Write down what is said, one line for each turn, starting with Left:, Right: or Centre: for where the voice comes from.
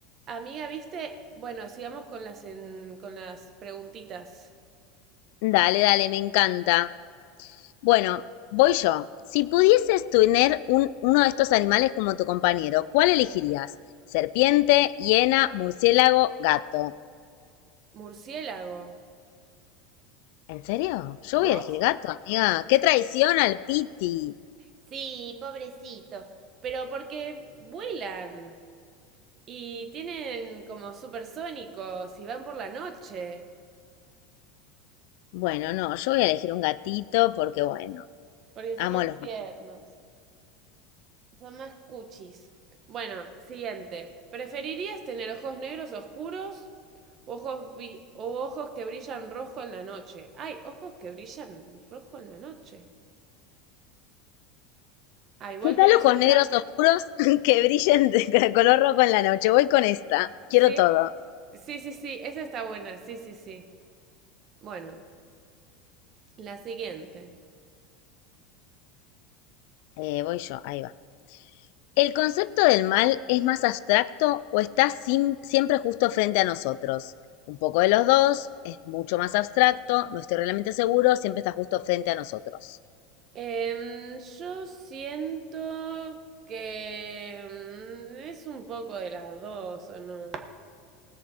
Right: Amiga, viste, bueno, sigamos con las en- con las preguntitas.
Left: Dale, dale, me encanta. Bueno, voy yo. Si pudieses tener un- uno de estos animales como tu compañero, ¿cuál elegirías? Serpiente, hiena, murciélago, gato.
Right: Murciélago.
Left: ¿En serio? Yo
Right: ¿Vos?
Left: voy a elegir gato, amiga. ¡Qué traición al Piti!
Right: Sí, pobrecito. Pero porque vuelan y tienen como supersónicos y van por la noche.
Left: Bueno, no, yo voy a elegir un gatito porque, bueno,
Right: Porque
Left: amo
Right: son más
Left: a los...
Right: tiernos. Son más cuchis. Bueno, siguiente. ¿Preferirías tener ojos negros oscuros o ojos, vi- o ojos que brillan rojo en la noche? Ay, ojos que brillan rojo en la noche. Ah, igual
Left: ¿Qué tal
Right: tenés
Left: ojos
Right: otra.
Left: negros oscuros <laughs> que brillen de color rojo en la noche? Voy con esta.
Right: Sí,
Left: Quiero todo.
Right: sí, sí, sí, esa está buena, sí, sí, sí. Bueno, la siguiente.
Left: Eh, voy yo, ahí va. ¿El concepto del mal es más abstracto o está sim- siempre justo frente a nosotros? Un poco de los dos, es mucho más abstracto, no estoy realmente seguro, siempre está justo frente a nosotros.
Right: Em, yo siento que mm, es un poco de las dos, ¿o no?